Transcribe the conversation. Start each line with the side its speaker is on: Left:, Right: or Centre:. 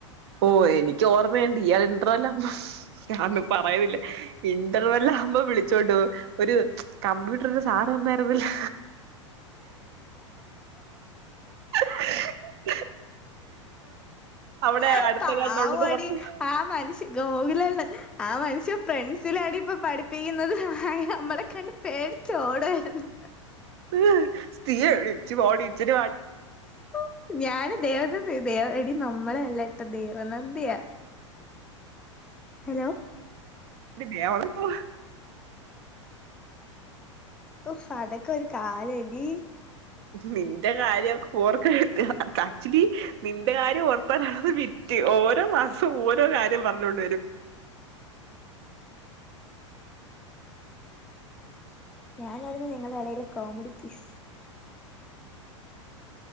Right: ഓ എനിക്ക് ഓർമ്മയുണ്ട് ഇയാൾ ഇന്റർവല്ല ഞാന്നും പറയുല്ല ഇന്റർവല. ആവുമ്പം വിളിച്ചോണ്ട്വും ഒരു കമ്പ്യൂട്ടറിന്റെ സാറ ഒന്നയിര്ന്നല്ലോ ഹി ഹി അവിടെ
Centre: ആഹ്
Right: അടുത്തെങ്ങാണ്ട്
Centre: പാവടി
Right: ഉണ്ടെന്ന് പറഞ്ഞ്
Centre: ആ മനുഷ്യ ഗോകുല ന്ന് ആ മനുഷ്യ ഫ്രണ്ട്സിലടിപ്പൊ പഠിപ്പിക്കുന്നത് നമ്മളെ കണ്ട് പേടിച്ചൊട് വര്ന്ന്
Right: <unintelligible> ഇച്ചിരി
Centre: ഓഹ് ഞാന് ദേവനന്ദ ദേ എടി നമ്മളല്ലട്ട ദേവനന്ദയാ ഹലോ
Right: ആടി ദേവനന്ദാ
Centre: ഓഹ് അതൊക്കെ ഒരു കാലവല്ലി
Right: നിന്റെ കാര്യൊക്കെ ഓർക്ക ആക്ച്വലി നിന്റെ കാര്യം ഓർപ്പാനണത് വി ത്തി ഓരോ മാസം ഓരോ കാര്യം പറഞ്ഞോണ്ട് വരും
Centre: ഞാനാരുന്നു ഞങ്ങടെ എടെലെ കോമഡി പീസ്.